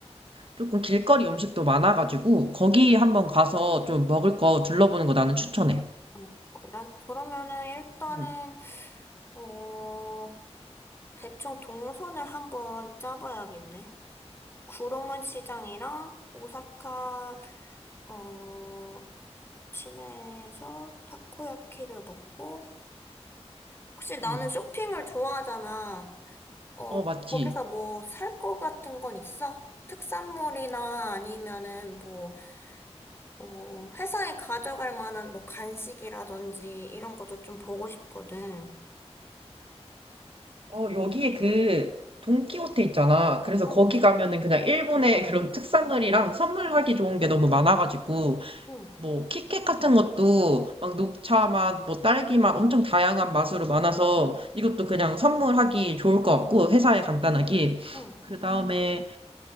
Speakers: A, on the right; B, on the left.
A: 조금 길거리 음식도 많아가지고 거기 한번 가서 좀 먹을 거 둘러보는 거 나는 추천해.
B: 어, 그래? 그러면은 일단은
A: 음,
B: 어 대충 동선을 한번 짜봐야겠네. 구로문 시장이랑 오사카 어 시내에서 타코야키를 먹고 혹시 나는
A: 음.
B: 쇼핑을 좋아하잖아. 어
A: 어, 맞지.
B: 거기서 뭐 살 거 같은 건 있어? 특산물이나 아니면은 뭐 어, 회사에 가져갈 만한 뭐 간식이라든지 이런 것도 좀 보고 싶거든.
A: 어, 여기에 그 돈키호테 있잖아. 그래서
B: 어,
A: 거기
B: 그치.
A: 가면은 그냥 일본의 그런 특산물이랑 선물하기 좋은 게 너무 많아가지고
B: 응,
A: 뭐 키캣 같은 것도 막 녹차 맛, 뭐 딸기 맛 엄청 다양한 맛으로 많아서 이것도 그냥 선물하기 좋을 것 같고 회사에 간단하게
B: 응,
A: 그 다음에